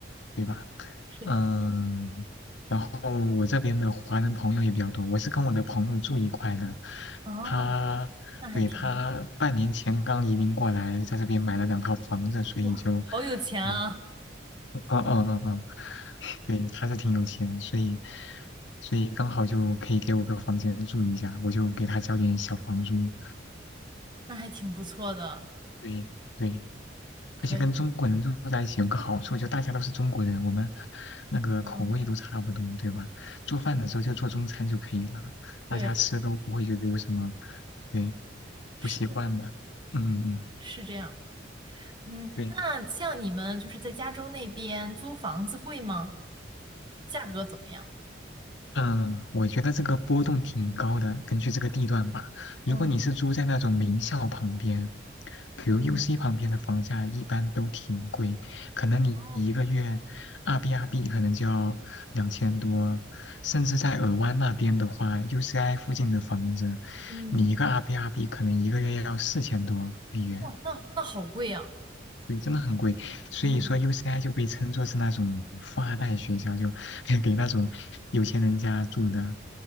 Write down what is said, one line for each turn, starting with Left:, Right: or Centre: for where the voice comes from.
Left: 对吧？
Right: 是的。
Left: 嗯，然后我这边的华人朋友也比较多，我是跟我的朋友住一块的，
Right: 哦，
Left: 他，
Right: 那还挺好。
Left: 对，他半年前刚移民过来，在这边买了两套房子，所以就。
Right: 哇，好有钱啊，
Left: 嗯。啊啊啊啊！对，他是挺有钱，所以所以刚好就可以给我个房间住一下，我就给他交点小房租。
Right: 那还挺不错的，
Left: 对对，
Right: 可以。
Left: 而且跟中国人住在一起有个好处，就大家都是中国人，我们那个口味都差不多，
Right: 嗯，
Left: 对吧？做饭的时候就做中餐就可以了，
Right: 是的，
Left: 大家吃都不会觉得有什么
Right: 对，
Left: 对
Right: 是的，
Left: 不习惯的。
Right: 是的
Left: 嗯嗯嗯，
Right: 是这样。嗯，
Left: 对。
Right: 那像你们就是在加州那边租房子贵吗？价格怎么样？
Left: 嗯，呃我觉得这个波动挺高的，根据这个地段吧。
Right: 嗯
Left: 如果你是租在那种名校旁边，比如
Right: 嗯
Left: UC 旁边的房价一般都挺贵，可能你一个月二
Right: 哦
Left: B 二 B 可能就要两千多，甚至在尔湾那边的话，UCI 附近的房子，
Right: 嗯
Left: 你一个二 B 二 B 可能一个月要四千多美元。
Right: 哇，那那好贵啊！
Left: 对，真的很贵，所以说
Right: 嗯
Left: UCI 就被称作是那种富二代学校，就 <laughs> 给那种有钱人家住的。